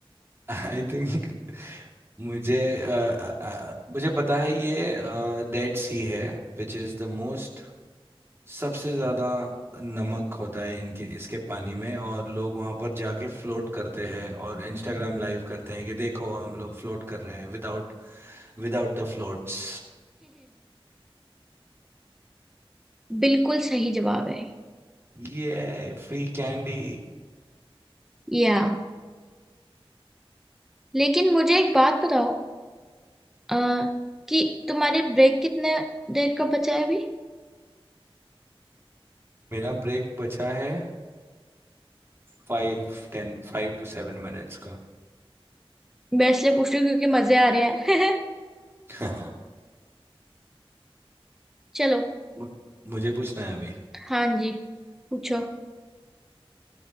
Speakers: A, on the right; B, in the centre.
A: <laughs> आई थिंक मुझे अ, अ, मुझे पता है ये डेड सी है विच इज़ द मोस्ट सबसे ज़्यादा नमक होता है इनके इसके पानी में और लोग वहाँ पर जाके फ्लोट करते हैं और इंस्टाग्राम लाइव करते हैं कि देखो हम लोग फ्लोट कर रहे हैं विदाउट विदाउट द फ्लोट्स
B: बिल्कुल सही जवाब है
A: ये फ्री कैंडी
B: या लेकिन मुझे एक बात बताओ आ, कि तुम्हारी ब्रेक कितने देर का बचा है अभी
A: मेरा ब्रेक बचा है five ten five two seven minutes का
B: मैं इसलिए पूछ रही हूँ क्योंकि मजे आ रहे हैं
A: <laughs>
B: <laughs> चलो
A: मु- मुझे पूछना है अभी
B: हाँ जी पूछो